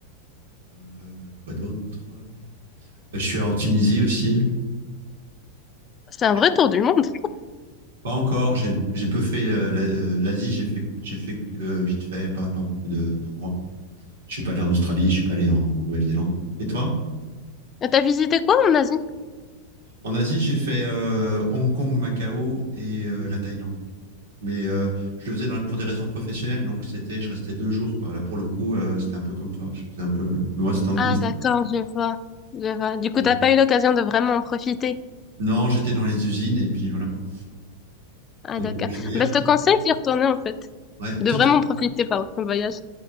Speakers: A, on the right; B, on the left.
A: Euh, quoi d'autre? Euh, Je suis allé en Tunisie aussi.
B: C'est un
A: Je
B: vrai
A: crois
B: tour
A: que
B: du monde.
A: Pas encore. J'ai j'ai peu fait euh, la- euh, l'Asie. J'ai fait j'ai fait euh, vite fait, pas pas beaucoup de- d'endroits. Je suis pas allé en Australie. Je suis pas allé en Nouvelle-Zélande. Et toi?
B: Et t'as visité quoi en Asie?
A: En Asie, j'ai fait euh, Hong Kong, Macao et euh, la Thaïlande. Mais euh, je le faisais dans- pour des raisons professionnelles, donc c'était, je restais deux jours, quoi. Là, pour le coup, euh, c'était un peu comme toi. Je faisais un peu, mais moi, c'était en-
B: Ah, d'accord, je vois. Je vois. Du coup,
A: donc,
B: t'as pas eu l'occasion de vraiment en profiter.
A: non, j'étais dans les usines et puis voilà, quoi.
B: Ah,
A: Donc,
B: d'accord.
A: euh, je voyais
B: Bah,
A: un
B: je
A: petit
B: te conseille
A: peu.
B: d'y retourner, en fait.
A: Ouais.
B: De
A: Toi,
B: vraiment
A: tu,
B: profiter, par ton voyage.